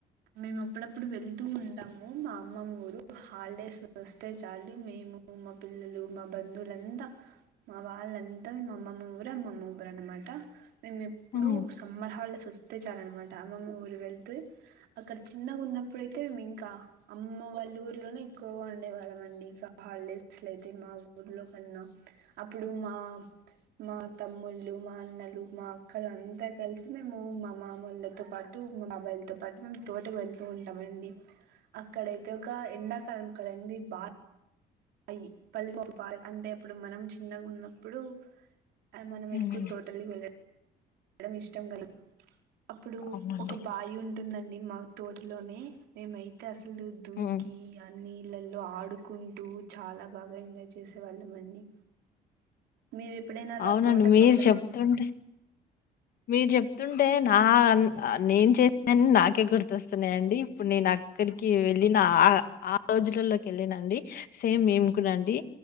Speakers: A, on the right; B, on the left.
A: మేము, అప్పుడప్పుడు వెళ్తూ ఉంటాము మా అమ్మమ్మ ఊరు. హాలిడేస్ వస్తే చాలు మేము మా పిల్లలు, మా బంధువులుంతా మా వాళ్ళంతా మేము అమ్మమ్మ ఊరు అమ్మమ్మ ఊరు అన్నమాట మేము ఎప్పుడూ
B: హ్మ్.
A: సమ్మర్ హాలీడేస్ వస్తే చాలు అన్నమాట అమ్మమ్మ ఊరు వెళ్తూ అక్కడ చిన్నగా ఉన్నప్పుడుఅయితే మేము ఇంకా అమ్మ వాళ్ళ ఊర్లోనే ఎక్కువగా ఉండేవాళ్ళం అండి ఇక హాల్ ప్లేస్ లేకున్నా అయితే మా ఊర్లో కన్నా అప్పుడు మా మా తమ్ముళ్ళలు, మా అన్నలు, మా అక్కలు అందరూ కలిసి మేము మా మామలతో పాటు మా బాబాయిలతో పాటు మేము తోటకు వెళ్తూ ఉంటామండి. అక్కడైతే ఒక ఎండాకాలం కదండి బా అయి పాల్ అంటే ఇప్పుడు మనం చిన్నగా ఉన్నప్పుడు ఆ మనం
B: హ్మ్.
A: ఎక్కువ తోటల్కి వెళ్ళడం ఇష్టం, కల అప్పుడు,
B: అవునండి.
A: ఒక బాయి ఉంటుందండి మా తోటలోనే మేమయితే అస్త దుంకీ
B: హ్మ్.
A: అన్ని పిల్లల్తో ఆడుకుంటూ చాలా బాగా ఎంజాయ్ చేసే వాళ్ళమండి. మీరు ఎప్పుడైనా అలా
B: అవునండి.
A: తోటకు
B: మీరు
A: వెళ్ళారండి?
B: చెప్తుంటే మీరు చెప్తుంటే నా నేను చేసినవన్నీ నాకే గుర్తొస్తున్నాయండి ఇప్పుడు నే నాకు అక్కడికి వెళ్ళిన ఆ ఆ రోజులలోకి వెళ్ళినండి సేమ్ మేం కూడా అండి